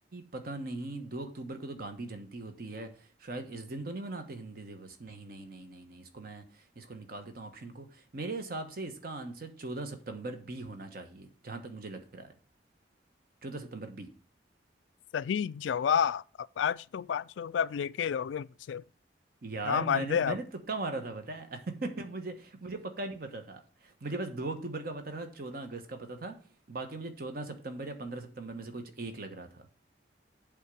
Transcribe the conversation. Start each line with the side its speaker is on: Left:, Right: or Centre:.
Right: पता नहीं दो अक्टूबर को तो गांधी जयंती होती है शायद इस दिन तो नहीं मनाते हिंदी दिवस नहीं नहीं नहीं नहीं नहीं इसको मैं इसको निकाल देता हूँ ऑप्शन को मेरे हिसाब से इसका आंसर चौदह सितंबर बी होना चाहिए जहाँ तक मुझे लग रहा है चौदह सितंबर बी
Left: सही जवाब अब आज तो पाँच सौ रुपये आप लेके रहोगे मुझसे
Right: यार
Left: ना मान
Right: मैंने
Left: रहे
Right: मैंने
Left: आप
Right: तुक्का मारा था पता है <laughs> मुझे मुझे पक्का नहीं पता था मुझे बस दो अक्टूबर का पता था चौदह अगस्त का पता था बाकी मुझे चौदह सितंबर या पंद्रह सितंबर में से कुछ एक लग रहा था